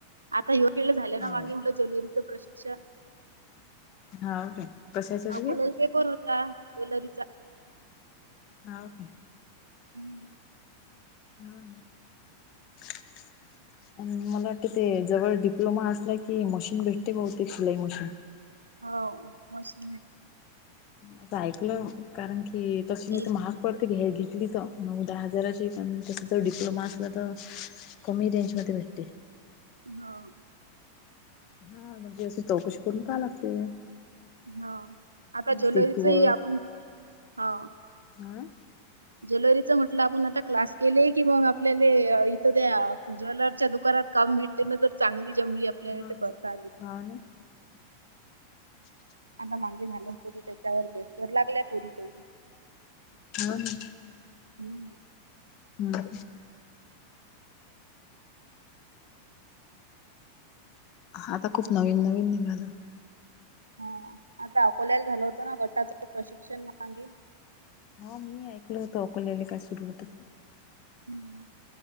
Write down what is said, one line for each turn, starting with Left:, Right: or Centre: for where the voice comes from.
Right: आता ह्यो गेला झाले ना
Left: हा
Right: मांगे म्हणलं ज्वेलरीचं प्रशिक्षण.
Left: हा ओके कशाचं
Right: अकोल्याला
Left: <unintelligible>
Right: पेपर होता ज्वेलरीचा.
Left: हाव काय?
Right: हम्म.
Left: हा <inaudible> मला वाटते ते जवळ डिप्लोमा असला की मशीन भेटते बहुतेक शिलाई मशीन.
Right: हाव मशीन भे
Left: असं ऐकलं कारण की तशी नाही
Right: हे
Left: तर महाग पडती घ्या घेतली तर नऊ दहा हजाराची पण तस जर डिप्लोमा असला तर कमी रेंज मध्ये भेटते.
Right: हा
Left: हा म्हणजे अशी चौकशी करुन पहायला लागते.
Right: हा आता ज्वेलरीचंही
Left: सेतूवर
Right: आपण हा
Left: हम्म
Right: ज्वेलरीच म्हटलं आपण आता क्लास केले की मग आपल्याला इथं त्या ज्वेलरच्या दुकानात काम भेटते ना तर चांगली जमली आपल्याला
Left: हा
Right: ते
Left: हा
Right: करता आली
Left: ना <inaudible>
Right: आता मागे लहान लहान पुरी त्याच्यावर बेसर लागल्या पोरी काही.
Left: हो ना
Right: हम्म
Left: हम्म आता खूप नवीन नवीन निघालं.
Right: हा आता अकोल्याला झालं होतं ना गटाचं प्रशिक्षण ना मागे.
Left: हा मी ही ऐकलं होतं अकोल्याला काय सुरू होतं.
Right: हम्म.